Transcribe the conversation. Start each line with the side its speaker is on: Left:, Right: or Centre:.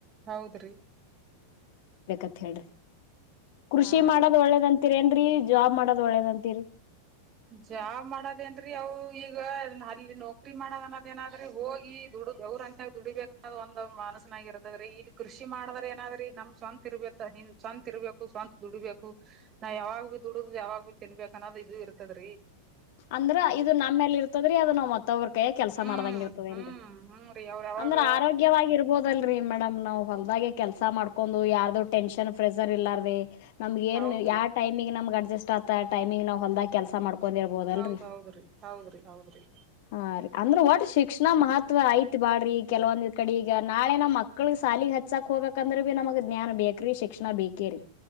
Right: ಹೌದ್ರಿ
Left: ಕಥ ಹೇಳಡ್ರ ಕೃಷಿ
Right: ಹಾ
Left: ಮಾಡೋದು್
Right: ರೀ
Left: ಒಳ್ಳೇದಂತ ರೇನ್ರೀ ಜಾಬ್ ಮಾಡೋದ್ ಒಳ್ಳೇದಂತಿರಿ
Right: ಜಾ ಮಾಡದೇನ್ರರಿ ಅವು ಈಗ ಅಲ್ಲಿ ನೌಕರಿಿ ಮಾಡೋದ ಅನ್ನೋದ ಏನಾದ್ರೆ ಹೋಗಿ ದುಡ್ ಅವ್ರರು ಅಂತ್ಯ ದುಡಿಬೇಕು ಅನ್ನೋದ ಒಂದ್ ಮನಸನಾಗ ಇರ್ತದ್ರೀ ಇಲ್ಲಿ ಕೃಷಿ ಮಾಡಿದ್ರ ಏನಾದ್ರಿ ನಮ್ ಸ್ವಂತ ಇರ್ಬೇಕ ಹ ಸ್ವಂತತ್ ಇರ್ಬೇಕು ಸ್ವಂತತ್ ದುಡಿಬೇಕು ನಾ ಯಾವಾಗ ಬಿ ದುಡುದ್ ಯಾವಾಗ ಭ ತಿನ್ಬೇಕು ಅನ್ನೋದು ಇದು ಇರ್ತ ಹದ್ರೀ
Left: ಅಂದ್ರ ಇದು ನಮ್ಮೇಲ್ಲಿ ಇರ್ತದ್ರೀ ಅದ ನ್ ಮತ್ತೊಬ್ರ ಕೈಯ ಕೆಲ್ಸ
Right: ಹ್ಮ್
Left: ಮಾಡ್ದಂಗ ಇರ್ತದ
Right: ಹ್ಮ್
Left: ಏನ್ರಿ
Right: ಹ್ಮ್ ರೀ ಅವ್ರ ಯಾವಾಗ
Left: ಅಂದ್ರೆ ಆರೋಗ್ಯವಾಗಿ ಇರ್ಬೋದಲ್ ರೀ ಮೇಡಮ್ ನಾವ್ ಹೊಲ್ದೆ ಕೆಲ್ಸ ಮಾಡ್ಕೊಂಡು ಯಾರ್ದು ಟೆನ್ಷನ್ ಫ್ರೆಸರ್ ಇಲ್ಲೀ ನಮ್ಗ ಏನ್
Right: ಹೌದ್ರಿ
Left: ಯಾವ ಟೈಮ ನಮ್ಗೆ ಅಡ್ ಅಸ್ಟ್ ಆತ ಟೈಮಂಗ್ ನಾ ಹೊಂದದ ಕೆಲಸ ಮಾಡಬೇಕ ಿರಬೋದಲ್ರಿ
Right: ಹೌದ್ ಹೌದ್ರಿ ಹೌದ್ರಿ ಹೌದ್ರಿ
Left: ಹ ರ ಅಂದ್ರೆ ಶಿಕ್ಷ ನ ಮಹತ್ವ ಐ ತ್ ಬಾಡ್ರಿ ಕೆಲವೊಂದ್ ಕಡಿ ಈಗ ನಾಳೆ ನಮ್ ಮಕ್ಳ ಸಾಲಿಗ್ ಹಚ್ಚಾಕ್ ಹೋಗಬೇಕಂದ್ರೆ ಭೀ ನಮಗ್ ಜ್ಞಾನ್ ಬೇಕ್ರಿ ಶಿಕ್ಷಣ ಬೇಕೇರಿ.